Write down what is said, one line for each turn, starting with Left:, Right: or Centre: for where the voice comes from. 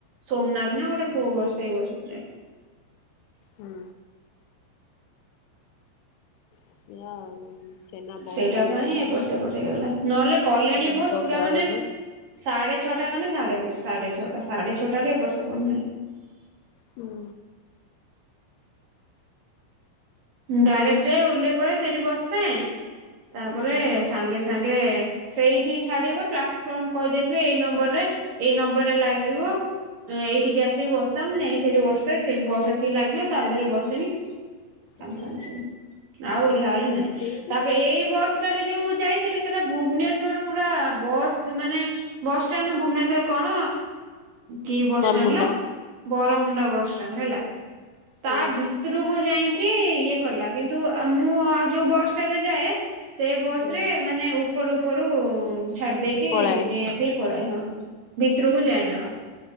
Right: ସୋମନାଥ ନା ଗୋଟେ କୋଉ ବସ୍ ସେଇ ବସ୍ ରେ।
Left: ହୁଁ। <unintelligible> ବସ୍
Right: ସେଇଟା
Left: ବାଲା
Right: ପାଇଁ
Left: ଗୋଟେ
Right: ଏପଟ୍
Left: ମୋ
Right: ସେପଟ୍
Left: ମୁଣ୍ଡ
Right: ହେଇଗଲା ନହେଲେ କଲ୍ୟାଣୀ
Left: ମୁଣ୍ଡ
Right: ବସ୍ ପୁରା
Left: ଖରାପ
Right: ମାନେ
Left: କରିଦେଲା।
Right: ସାଢେ ଛଅଟା ମାନେ ସାଢେ ସାଢେ ଛଅଟା ସାଢେ ଛଅଟା ରେ ଏପଟ୍ ସେପଟ୍ ନାହିଁ।
Left: ହୁଁ।
Right: ଡାଇରେକ୍ଟ
Left: ଆଉ
Right: ଯାଏ ଓହ୍ଲେଇ ପଡେ ସେଇଠି ବସଥାଏ ତାପରେ
Left: ହୁଁ
Right: ସାଙ୍ଗେ ସାଙ୍ଗେ ସେଇଠି ଛାଡିବ ପ୍ଲାଟଫର୍ମ କହିଦେଇଥିବେ ଏଇ ନମ୍ବର ରେ ଏଇ ନମ୍ବର ରେ ଲାଗ ଗିବ
Left: ହୁଁ
Right: ଏଇଠିକି ଆସିକି ବସଥା ମୁଁ ଯାଇ ସେଇଠି ବସେ ସେଇଠି ବସ ଆସିକି ଲାଗିବ ତା ଭିତରେ ବସମି ସାଙ୍ଗେ
Left: ହୁଁ
Right: ସାଙ୍ଗ ସାଙ୍ଗ ଆଉ ଓହ୍ଲା ଓହ୍ଲି ନାହିଁ
Left: ସେଇଠି
Right: ତାପରେ ଏଇ ବସ୍ ଭିତରେ ଯୋଉ ଯାଇଥିଲି ସେଟା ଭୁବନେଶ୍ଵର ପୁରା ବସ୍ ମାନେ ବସଷ୍ଟାଣ୍ଡରୁ ଭୁବନେଶ୍ବର କଣ କି ବସଷ୍ଟାଣ୍ଡ
Left: ବରମୁଣ୍ଡା
Right: ଲୋ ବରମୁଣ୍ଡା ବସଷ୍ଟାଣ୍ଡ ହେଲା ତା
Left: ହୁଁ
Right: ଭିତରକୁ ଯାଇିଁ କି ଇଏ କଲା କିନ୍ତୁ ମୁଁ ଆଉ ଯୋଉ ବସ୍ ଟାରେ ଯାଏ ସେ ବସ
Left: ହୁଁ
Right: ରେ ମାନେ ଉପ ଉପରୁ ଉପରୁ ଛାଡି ଦେଇେକି
Left: ପଳାଏ।
Right: ନେଇ ଆସିକି ପଳାଏ ହଁ ଭିତରକୁ ଯାଏନା ଆଉ।